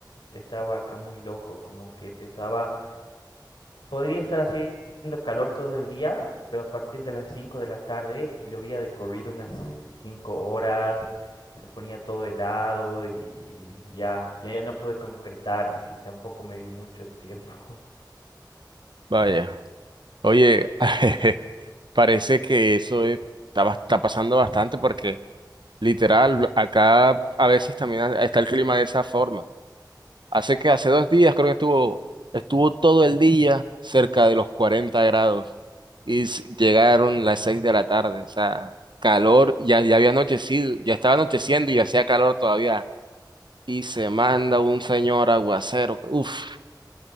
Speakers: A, on the left; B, on the right.
A: estaba acá muy loco, como que empezaba, podría estar haciendo calor todo el día, pero a partir de las 5 de la tarde llovía de corrido unas 5 horas, se ponía todo helado y ya, ya, ya no pude concretar así, tampoco me dio mucho el tiempo.
B: Vaya, oye, <laughs> parece que eso es- está, bas- está pasando bastante porque literal, acá a veces también está el clima de esa forma. Hace que hace dos días creo que estuvo, estuvo todo el día cerca de los 40 grados y s- llegaron las 6 de la tarde, o sea, calor, ya, ya había anochecido, ya estaba anocheciendo y hacía calor todavía. Y se manda un señor aguacero, que, uff,